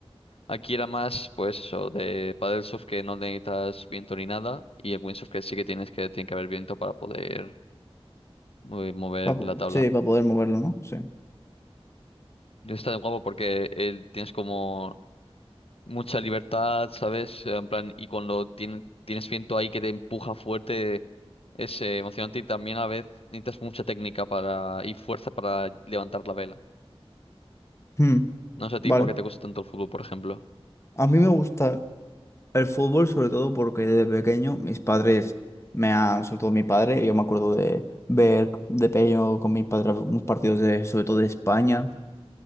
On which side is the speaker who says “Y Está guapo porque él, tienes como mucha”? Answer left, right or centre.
Left